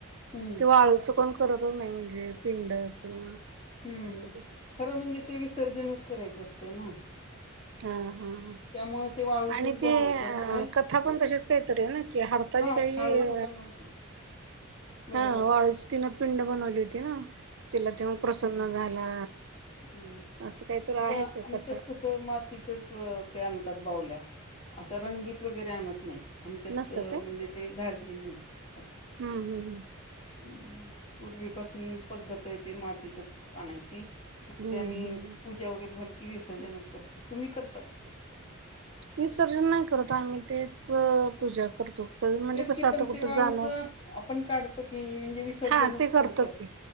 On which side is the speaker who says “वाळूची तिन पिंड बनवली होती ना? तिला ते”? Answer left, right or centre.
Right